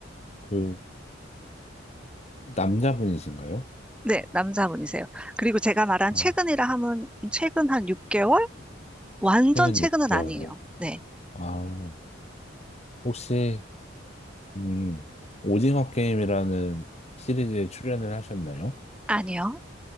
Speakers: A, on the left; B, in the centre.
A: 그, 남자분이신가요?
B: 네, 남자분이세요. 그리고 제가 말한
A: 아,
B: 최근이라 하면 최근 한 6개월? 완전
A: 최근
B: 최근은
A: 6개월이요.
B: 아니에요. 네,
A: 아, 혹시, 음, 오징어 게임이라는 시리즈에 출연을 하셨나요?
B: 아니요.